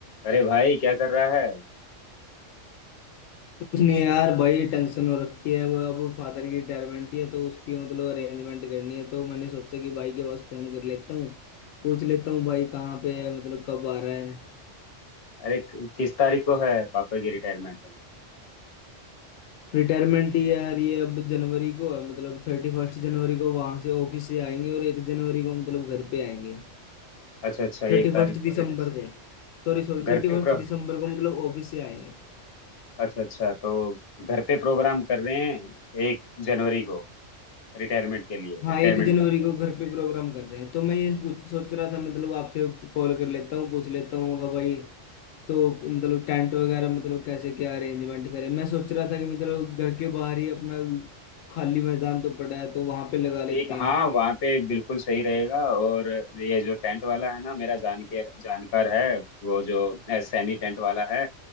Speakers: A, on the left; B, on the left.
A: अरे भाई क्या कर रहा है
B: उसने यार बड़ी टेंशन हो रखी है वो अब फादर की रिटायरमेंट है तो उसकी मतलब अरेंजमेंट करनी है तो मैंने सोचा कि भाई के पास फोन कर लेता हूँ पूछ लेता हूँ भाई कहाँ पे है मतलब कब आ रहा है
A: अरे क- किस तारीख को है पापा की रिटायरमेंट
B: रिटायरमेंट यार ये अब जनवरी को है मतलब थर्टी फर्स्ट जनवरी को वहां से ऑफिस से आएंगे और एक जनवरी को मतलब घर पे आएंगे
A: अच्छा अच्छा
B: थर्टी
A: एक तारीख
B: फर्स्ट दिसंबर
A: को रिटायर
B: को सॉरी सॉरी
A: घर
B: थर्टी
A: पे
B: फर्स्ट
A: प्रो
B: दिसंबर को मतलब ऑफिस से आएंगे
A: अच्छा अच्छा तो घर पे प्रोग्राम कर रहे हैं एक जनवरी को रिटायरमेंट के लिए
B: हाँ
A: रिटायरमेंट
B: एक जनवरी
A: पार्टी
B: को घर पे प्रोग्राम कर रहे हैं तो मैं ये पूछ सोच रहा था मतलब आपसे कॉल कर लेता हूँ पूछ लेता हूँ होगा भाई तो मतलब टेंट वगैरह मतलब कैसे क्या अरेंजमेंट करें मैं सोच रहा था कि मतलब घर के बाहर ही अपना खाली मैदान तो पड़ा है तो वहां पे लगा लेते
A: ठीक
B: हैं
A: हाँ वहाँ पे बिल्कुल सही रहेगा और ये जो टेंट वाला है ना मेरा जान के जानकार है वो जो अ, सैनी टेंट वाला है